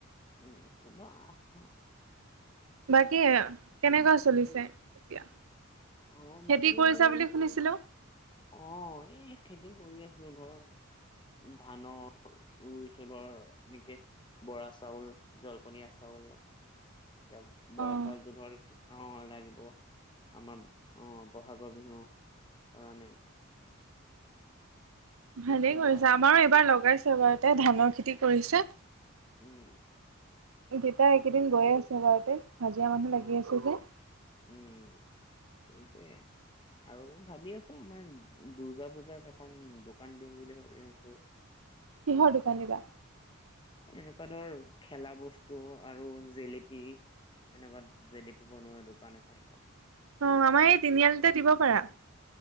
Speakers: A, on the left; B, on the right.
A: উম কুমাৰ <unintelligible>
B: বাকী কেনেকুৱা চলিছে
A: উম,
B: এতিয়া
A: অ', বাকী
B: খেতি কৰিছা
A: মোৰ
B: বুলি শুনিছিলোঁ
A: অ', এই খেতি কৰি আছো এবা ধানৰ ৰুইচিলো এনেকে বৰা চাউল জলপনীয়া চাউল এতিয়া বৰা
B: অ',
A: চাউলতো ধৰ অ', লাগিব আমাৰ অ', বহাগৰ বিহু কাৰণে
B: ভালেই কৰিছা
A: বহাগৰ
B: আমাৰো এইবাৰ লগাইছে বাৰুতে ধানৰ খেতি কৰিছে
A: উম,
B: দেউতা এইকেইদিন
A: উম,
B: গৈয়ে আছে বাৰোতে হাজিৰা মানুহ
A: অ
B: লাগি আছে যে
A: উম, সেইটোয়ে আৰু ভাবি আছোঁ আমাৰ দুৰ্গা পুজাত এখন দোকান দিওঁ বুলি ভাবি আছোঁ
B: কিহৰ দোকান দিবা?
A: এনেকুৱা ধৰ খেলা বস্তু আৰু জেলেপি এনেকুৱা জেলিপি বনোৱা দোকান এখন ধৰ
B: অ', আমাৰ এই তিনিআলিতে দিব পাৰা